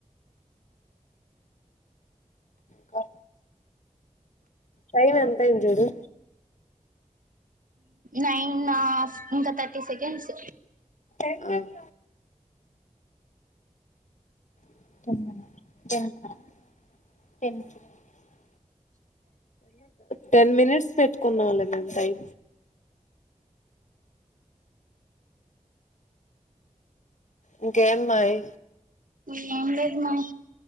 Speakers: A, on the left; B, on the right.
A: కా టైమ్ ఎంత అయింది చూడు
B: నైన్ హాఫ్ ఇంకా థర్టీ సెకండ్స్
A: ఆ <inaudible> <unintelligible> టెన్ మినిట్స్ పెట్టుకున్దాము లే మేము టైం ఇంకేమ్మాయి
B: ఇంగ ఏం లేదు మా